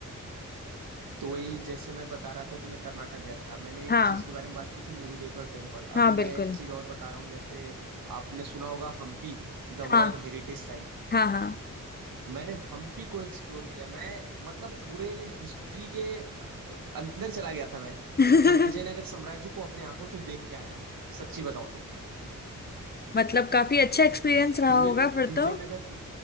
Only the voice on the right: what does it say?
तो वही जैसे मैं बता रहा था कि मैं कर्नाटक गया था मैंने एक
चीज के बारे में बात की थी मुरुदेश्वर टेम्पल
अभी
मैं एक चीज और बता रहा हूँ जैसे आपने सुना होगा Hampi the
world heritage site
मैंने हम्पी को एक्सप्लोर किया मैं मतलब पूरे हिस्ट्री के अ, अंदर चला गया था मैं
एकदम विजयनगर साम्राज्य को अपने आंखों से देख के आया हूँ सच्ची बताऊं तो
पूरे
विजयनगर
के